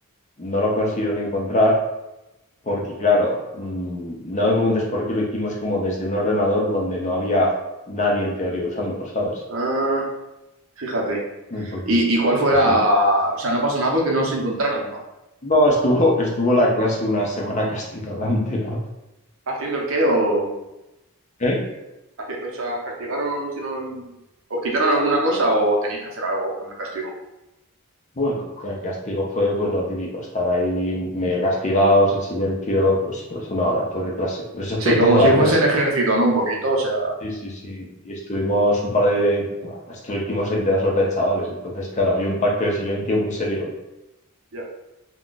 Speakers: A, on the left; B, on the right.
A: no lo consiguieron encontrar porque claro, mm, no me preguntes por qué lo hicimos como desde un ordenador donde no había nadie en teoría usándolo, ¿sabes?
B: Ah, fíjate.
A: Entonces,
B: y, y cuál fue
A: diciendo,
B: la... O sea, no pasó nada porque no se encontraron, ¿no?
A: no, estuvo, estuvo la clase una semana castigada entera.
B: ¿Haciendo el qué o...?
A: ¿Eh?
B: haci- O sea, ¿os castigaron si no... ¿Os quitaron alguna cosa o tenéis que hacer algo con el castigo?
A: Bueno, el castigo fue pues lo típico, estar ahí medio castigados, en silencio, pues, pues una hora después de clase. Pero eso
B: Sí,
A: fue toda
B: como si
A: la
B: fuese
A: clase.
B: el ejército, ¿no? Un poquito, o sea...
A: Sí, sí, sí. Y estuvimos un par de... bueno, Esto lo hicimos entre dos horas de chavales. Entonces, claro, había un pacto de silencio muy serio.
B: Ya.